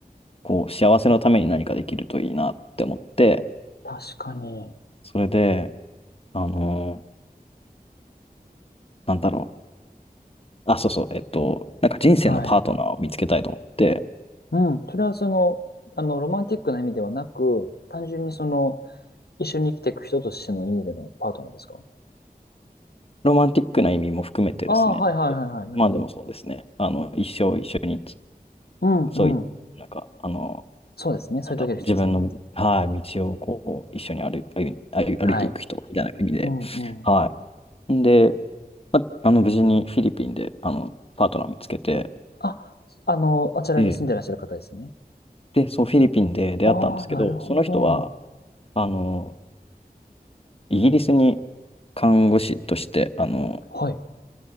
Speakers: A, on the left; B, on the left.
A: こう幸せのために何かできるといいなって思って、
B: 確かに。
A: それで、あのーなんだろう。あ、そうそう、えっと、なんか人生のパートナーを見つけたいと思って、
B: はい。うん、それはその、あの、ロマンティックな意味ではなく、単純にその、一緒に生きていく人としての意味でのパートナーですか
A: ロマンティックな意味も含めてですね、
B: ああ、はいはいはいはい。なるほど。
A: まあでもそうですね、あの、一生一緒に、
B: うんうん。
A: そういう、なんか、あの、
B: そうですね。そういう時の人ですね。
A: なんだろう、自分の、はい、道をこう、一緒に歩い、歩い、歩い歩いていく人みたいな意味で、
B: はい。うんうん。
A: はい。んで、まあ、あの、無事にフィリピンで、あの、パートナー見つけて、
B: あ、あの、あちらに住んでらっしゃる方ですね。
A: えで、そう、フィリピンで出会ったんですけど、
B: ああ、なるほど。
A: その人は、あの、イギリスに看護師として、あの、
B: はい。